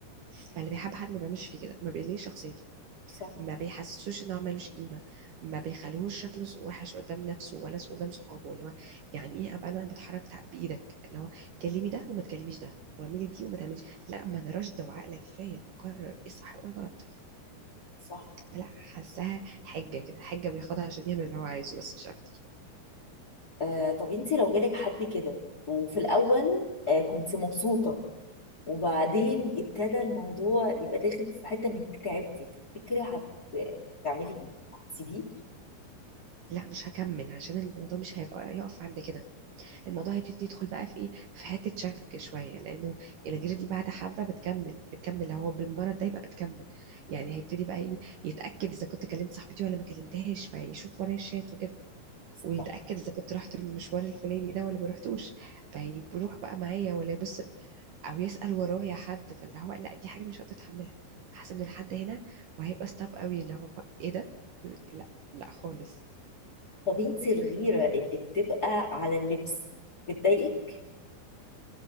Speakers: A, on the right; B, on the left.
A: فاللي بيحب حد ما بيعملش فيه كده ما بيقليش شخصيته
B: صح
A: ما بيحسسوش ان هو ملوش قيمه ما بيخليهوش شكله س- وحش قدام نفسه ولا س- قدام صحابه اللي هو يعني ايه ابقى انا بتحرك تع- بايدك اللي هو كلمي ده وما تكلميش ده واعملي دي وما تعمليش لا ما انا راشده وعاقله كفايه ان اقرر ايه الصح وايه الغلط
B: صح
A: لا حاساها حجه كده حجه بياخدها عشان يعمل اللي هو عايزه بس مش اكتر
B: آه طب انت لو جالك حد كده وفي الاول آه كنت مبسوطه وبعدين ابتدى الموضوع يبقى داخل في حته انك تعبتي تفتكري هت- هتعملي ايه هتسيبيه
A: لا مش هكمل عشان الموضوع مش هيبقى يقف عند كده الموضوع هيبتدي يدخل بقى في ايه في حته شك شويه لانه الغيره دي بعد حبه بتكمل بتكمل هو بالمرض ده يبقى بتكمل يعني هيبتدي بقى ايه يتاكد اذا كنت كلمت صاحبتي ولا ما كلمتهاش فيشوف ورايا الشات وكده
B: صح
A: ويتاكد اذا كنت رحت المشوار الفلاني ده ولا ما رحتوش فيروح بقى معايا ولا يبص او يسال ورايا حد فاللي هو لا دي حاجه مش هقدر اتحملها حاسه انه لحد هنا وهيبقى ستاب قوي اللي هو ايه ده لا لا خالص
B: طب انت الغيره اللي بتبقى على اللبس بتضايقك